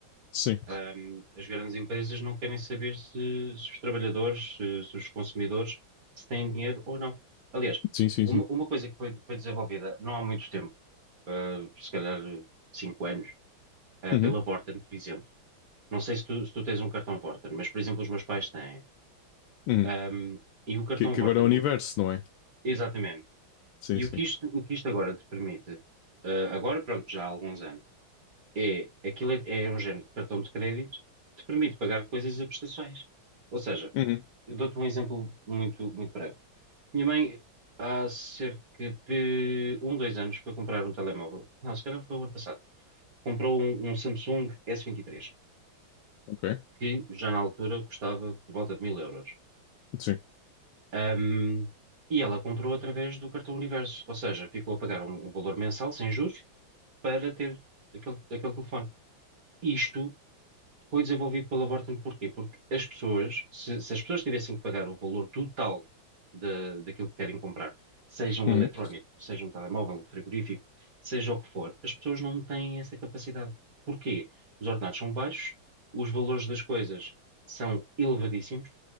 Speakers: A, on the left; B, on the right.
A: Sim.
B: Um, as grandes empresas não querem saber se, se os trabalhadores, se, se os consumidores, se têm dinheiro ou não. Aliás,
A: Sim, sim,
B: uma,
A: sim.
B: uma coisa que foi, foi desenvolvida não há muito tempo, uh, se calhar cinco anos, uh,
A: Uhum.
B: pela Vorten, por exemplo. Não sei se tu, se tu tens um cartão Vorten, mas, por exemplo, os meus pais têm.
A: Uhum.
B: Um, e o cartão
A: Que, que
B: Vorten,
A: agora é o universo,
B: o-
A: não é?
B: exatamente.
A: Sim,
B: E
A: sim.
B: o que isto, o que isto agora te permite, uh, agora, pronto, já há alguns anos, é, aquilo é, é um género de cartão de crédito que te permite pagar coisas a prestações. Ou seja,
A: Uhum.
B: eu dou-te um exemplo muito, muito breve. Minha mãe, há cerca de um, dois anos, foi comprar um telemóvel. Não, se calhar foi o ano passado. Comprou um, um Samsung s vinte e três
A: Ok.
B: que já na altura custava por volta de mil euros.
A: Sim.
B: Ahm, e ela comprou através do cartão Universo, ou seja, ficou a pagar um, um valor mensal, sem juros, para ter aquele, aquele telefone. Isto Foi desenvolvido pela Vorten porquê? Porque as pessoas, se, se as pessoas tivessem que pagar o valor total da daquilo que querem comprar, seja um
A: Uhum.
B: eletrónico, seja um telemóvel, um frigorífico, seja o que for, as pessoas não têm essa capacidade. Porquê? Os ordenados são baixos, os valores das coisas são elevadíssimos,